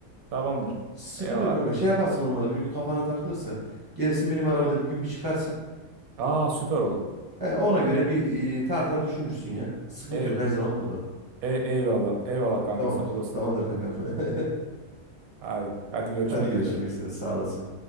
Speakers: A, on the right (about 80°); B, on the right (about 30°).
A: Tamamdır.
B: Sıkıntı
A: Eyvallah.
B: yok
A: abi.
B: kanka. Şey yaparsın olmadı. Bir gün kafana takılırsa gelirsin benim arabada bir gün bir çıkarsın.
A: Aa süper olur.
B: He, ona göre bir e, tartar düşünürsün ya. Sıkıntı
A: E,
B: yok. Her zaman burada.
A: e, eyvallah. Eyvallah kanka
B: Tamamdır.
A: sağ olasın.
B: Tamamdır kankam. <laughs>
A: Hadi, hadi görüşmek
B: Hadi görüşmek
A: üzere.
B: üzere. Sağ olasın.